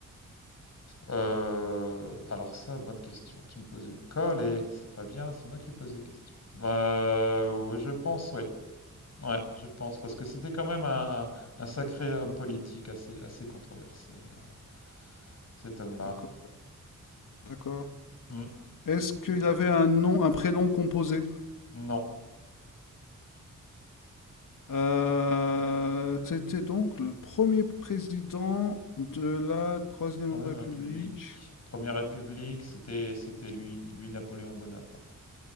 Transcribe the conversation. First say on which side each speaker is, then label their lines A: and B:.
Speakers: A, on the left; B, on the left.
A: Euh, alors ça, bonne question. Tu me poses une colle et c'est pas bien, c'est moi qui pose les questions. Bah, ouais, je pense, oui. Ouais, je pense, parce que c'était quand même un, un sacré homme politique assez, assez controversé, euh, cet homme-là.
B: D'accord, d'accord.
A: Hmm.
B: Est-ce qu'il avait un nom, un prénom composé?
A: Non,
B: Euh, c'était donc le premier président de la Troisième
A: Troisième
B: République.
A: République. Première République, c'était, c'était lui, lui Napoléon Bonaparte.